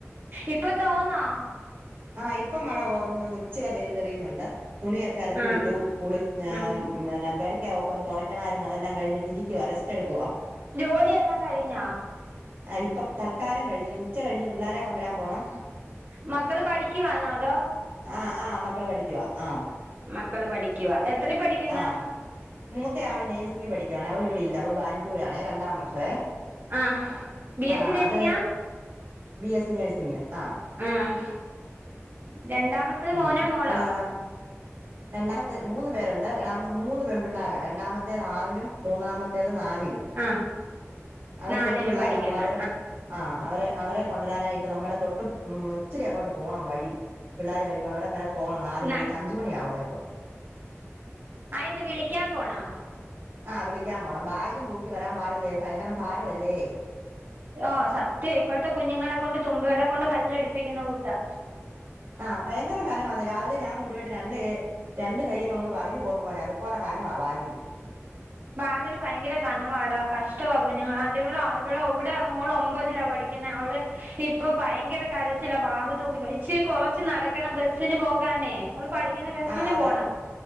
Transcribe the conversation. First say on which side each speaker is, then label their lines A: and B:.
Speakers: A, on the right; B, on the right.
A: ഇപ്പൊ തോന്നാ.
B: ആഹ് ഇപ്പം മഴ കുറഞ്ഞു ഇച്ചിരി വെയിലൽ തെളിയുന്നുണ്ട്. തുണിയൊക്കെ അലക്കിയിട്ടു
A: ആഹ്
B: കുളി പിന്നെ
A: ആഹ്
B: പെരക്കൊവക്കും തുടക്കണമായിരുന്നു അതെല്ലാം കഴിട്ട് ഇരിക്കുവാ റസ്റ്റ് എടുക്കുവാ.
A: ജോലിയെല്ലാം കഴിഞ്ഞാ?
B: ആ ഇപ്പം തൽക്കാലം കഴിഞ് നി ഉച്ച കഴിഞ്ഞ് പിള്ളേര കൊണ്ടുവരാൻ പോകണം.
A: മക്കള് പഠിക്കവാന്നോ അതോ?
B: ആ ആഹ് മക്കള് പഠിക്കവാ ആ
A: മക്കള് പഠിക്കവാ എത്ര പഠിക്കുന്ന്.
B: ആ മൂത്തയാള് നേഴ്സിംഗ് പഠിക്കുവാണ് അവള് ഇവിടെയില്ല അവള് ബംഗ്ലൂരാണെ രണ്ടാം വർഷവേ
A: ആഹ് ബിഎസ്സി
B: ആഹ്
A: നേഴ്സിങ്ങാ
B: അത് ബി എസ് സി നേഴ്സിംഗ ആഹ്
A: ഉം രണ്ടാമത്തത്
B: ഉം
A: മോനോ മോളോ
B: അവള് രണ്ടാമത്തെ മൂന്ന് പേരുണ്ട് രണ്ടാമ മൂന്ന് പെൺ പിള്ളേര രണ്ടാമത്തേത് ആറിലും മൂന്നാമത്തേത് നാലിലും
A: ആഹ്
B: അവര്
A: നാലിലും
B: കൊച്ചു പിള്ളോരാ
A: പഠിക്കുന്ന്
B: അപ്പൊ അവര് ആഹ് അവരെ അവരെ കൊണ്ടുവരാനായിട്ട് നമ്മുടെ തൊട്ട് ഉം ഇച്ചിരി അങ്ങോട്ട് പോണം വഴി പിള്ളേര് വരുമ്പ അവിടെ വരെ പോണം നാല് മണി
A: ന
B: അൻജ് മണി ആകും വരുമ്പോ
A: അയന്ത് വിളിക്കാൻ പോണോ
B: ആഹ് വിളിക്കാൻ പോണം ബാഗ്യം തൂക്കി വരാൻ പാടില്ലേ ഭയങ്കര ഭാരവല്ലേ
A: ഓഹ് സത്യ ഇപ്പോഴത്തെ കുഞ്ഞുങ്ങളെ കൊണ്ട് തുമ്പുകളെ കൊണ്ട് കല്ലടിപ്പിക്കുന്ന കൂട്ടാ
B: ആഹ് ഭയങ്കര കനമാണ്ന രാവിലെ ഞാൻ കൊണ്ടുപോയിട്ട് രണ്ട് രണ്ട് കൈയുംങ് പറഞ്ഞു പോകുന്ന പോലെ അതുപോലെ കനമാ ബാകിനു
A: ബാഗിന് ഭയങ്കര കനവാടാ കഷ്ടമാ കുഞ്ഞുങ്ങൾ കണ്ട് ഇവള ഇവ ഇവിടെ മോള ഒമ്പതിലാ പഠി കിനെ അവളെ ഇപ്പൊ ഭയങ്കര കാരച്ചിലാ ബാഗു തോക്കി ഇച്ചിരി കൊറച്ച് നടക്കണം ബസ്സിന് പോകാനേ നമ്മ പഠിക്കുന്ന ബസിന്
B: ആഹ് അതെ
A: പോണം